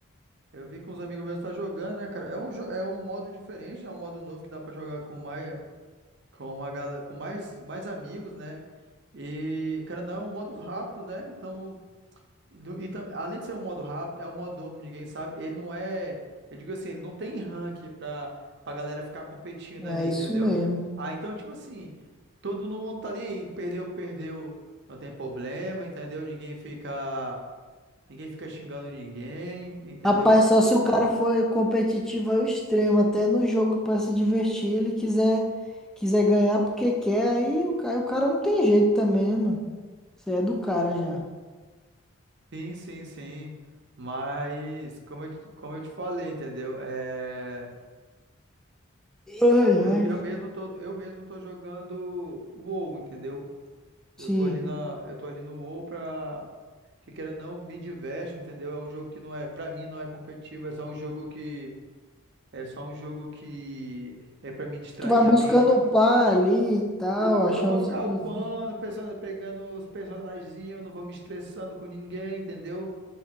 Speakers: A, on the right; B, in the centre.
A: eu vi que uns amigos meus tá jogando, né, cara? É um, jo- é um modo diferente, é um modo novo que dá pra jogar com mais, com uma galera, com mais, mais amigos, né? E, cara, não é um modo rápido, né? Então, e, do- e tam- além de ser um modo rápido, é um modo dobro, ninguém sabe. Ele não é, eu digo assim, ele não tem rank pra, pra galera ficar competindo
B: É
A: ali, entendeu?
B: isso mesmo.
A: Ah, então, tipo assim, todo mundo tá nem aí, perdeu, perdeu, não tem problema, entendeu? Ninguém fica, ninguém fica xingando ninguém, entendeu?
B: Rapaz, só se o cara for competitivo ao extremo, até no jogo pra se divertir, ele quiser, quiser ganhar porque quer, aí o, cara o cara não tem jeito também, né, mano. Você é do cara já.
A: Sim, sim, sim. Mas, como eu, te- como eu te falei, entendeu? É.
B: Ai,
A: Eu,
B: ai.
A: eu mesmo tô, eu mesmo tô jogando WoW, entendeu?
B: Sim.
A: Eu tô ali na, eu tô ali no WoW pra que queira ou não me diverte, entendeu? É um jogo que não é, pra mim não é competitivo, é só um jogo que é só um jogo que é pra me distrair
B: Tu vai buscando
A: a mente, pra-
B: upar
A: e
B: ali e tal,
A: eu vou,
B: achar
A: eu vou
B: uns
A: ficar
B: itens.
A: upando, pensando, pegando os personagenzinhos, eu não vou me estressando com ninguém, entendeu?